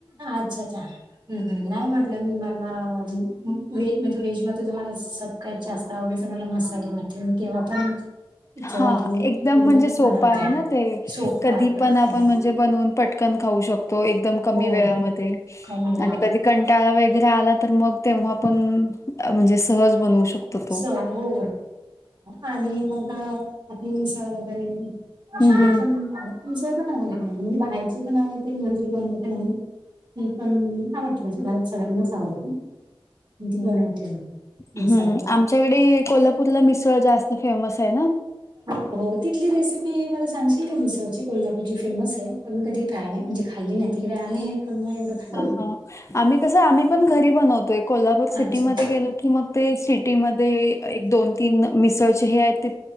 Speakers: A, on the right (about 55°); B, on the left (about 30°).
A: अच्छा चा. ह् ह् नाही म्हटलं मी मला व म्हणजे व्हेज मध्ये तुम्हाला स का जास्त आवडच मला मसालेभात तेव्हा पण इच्छा
B: हा
A: झाली
B: एकदम
A: की मी
B: म्हणजे सोपां
A: बनवते.
B: आहे ना ते
A: सोप
B: कधी
A: आहे पटकन
B: पण आपण
A: आहे
B: म्हण बनवून पटकन खाऊ शकतो एकदम कमी
A: हो
B: वेळामध्ये
A: कमी वेळात
B: आणि कधी- कंटाळा वगैरे आला तर मग तेव्हा पण म्हणजे सहज बनवू शकतो तो.
A: स हो आणि मग आपली मिसळ वगैरे अध
B: हं, हं.
A: विसय पण आवड म्हणजे बाहेरचे पण आवडते इंगजी पणते म्हून <unintelligible> <inaudible> ह पण आवडते म्हणे घरात सग म आवडत बनवते.
B: हम्म
A: मिसळवाला
B: आमच्याकडे कोल्हापूरला मिसळ जास्त फेमस आहे ना.
A: हो हो तिथली रेसिपी मला सांगशील मिसळ ची कोल्हापूरची फेमस आहे. प मी कधी टाय नाही म्हणजे खाल्ली नाही तिकडे आले पण मग एवढं खाल्लं.
B: हां, हां. आम्ही कस आम्ही पण घरी बनवतोय कोल्हापूर सिटीमध्ये
A: अच्छा अच्छा
B: गेलो कि मग ते सिटीमध्येध्ये एक दोन तीन मिसळचे हे आहेत. ते